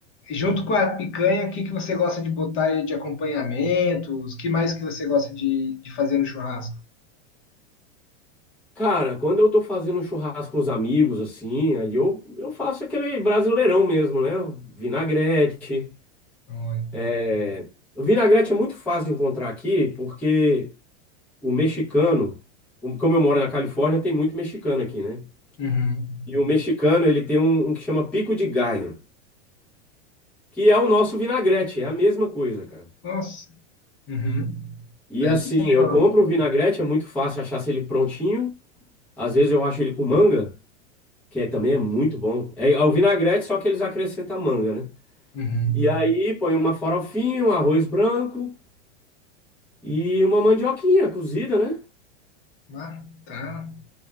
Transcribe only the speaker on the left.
junto com a picanha, o que que você gosta de botar aí de acompanhamentos? O que mais que você gosta de, de fazer no churrasco?
Olha.
Uhum.
Nossa. Uhum.
Daí
fechou.
Uhum.
Ah, tá.